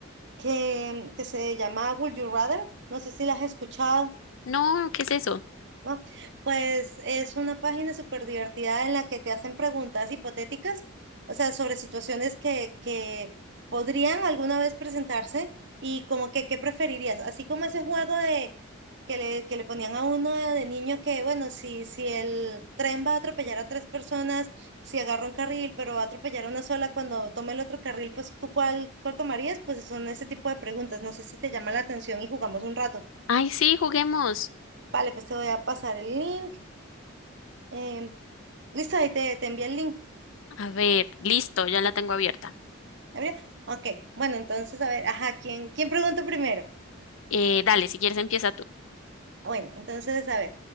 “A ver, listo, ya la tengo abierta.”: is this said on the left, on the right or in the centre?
Left